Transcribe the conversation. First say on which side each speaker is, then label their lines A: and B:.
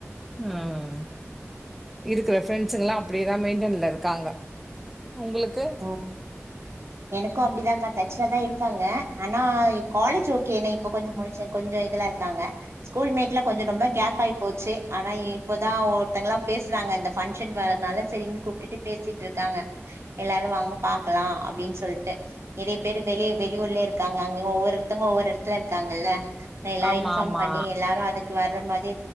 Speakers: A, in the centre; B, on the right.
A: ம் இருக்கற பிரண்ட்ஸல்லா அப்டியேதா மெயின்டன்ல இருக்காங்க உங்களுக்கு
B: ம் எனக்கு அப்டிதாக்கா பிரன்ஸ்ஸாதா இருக்காங்க ஆனால் ஏ காலே ட்ஸ் ஓகேன இப்ப கொஞ்ச முடிச் கொஞ்ச இதுல இருக்காங்க ஸ்கூல்மேட்ல கொஞ்ச ரொம்ப கேப் ஆயி போச்சு ஆனா இப்போதா ஒருத்தவங்கலா பேசுறாங்க இந்த பங்க்ஷன் வரறதுனாலு சரின்னு கூப்பிட்டு பேசிட்டுருக்காங்க எல்லாரு வாங்க பாக்கலா அப்படின்னு சொல்லிட்டு நெறைய பேர் வெளியே வெளியூர்லய இருக்காங்க அங்கங்க ஒவ்வொருத்துங்க ஒவ்வொரு எடத்துல இருக்காங்கல்ல எல்லாரு
A: ஆமா
B: இன்ஃபார்ம்
A: ஆமா
B: பண்ணி எல்லாரு அதுக்கு வர்ற மாரி